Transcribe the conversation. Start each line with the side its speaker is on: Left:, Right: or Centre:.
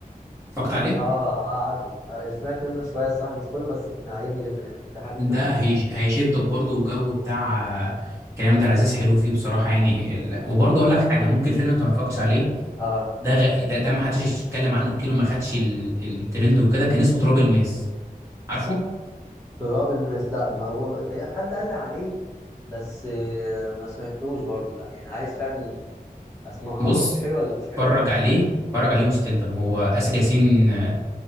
Right: اتفرجت عليه
Left: اه اه عارفه آه، سمعت منه شويه الصراحه مش كله بس كان عاجبني جدا يعني كنت حابب متابعه
Right: ده هيش هيشدك برضو والجو بتاع آه، كريم عبد العزيز حلو فيه بصراحه يعني لا- وبرضو اقول لك حاجه ممكن فيلم انت ما اتفرجتش عليه
Left: اه
Right: ده غ... ده, ده ما حدش اتكلم عنه كتير وما خدش ال... ال- الترند وكده كان اسمه تراب الماس عارفه
Left: تراب الماس لا ما هو تقريباً حد قال لي عليه بس آه، ما سمعتوش برضو لا يعني عايز فعلا اسمعه
Right: بص
Left: برضو حلوه ولا مش حلوه
Right: اتفرج عليه اتفرج عليه ومش تندم هو آسر ياسين آه،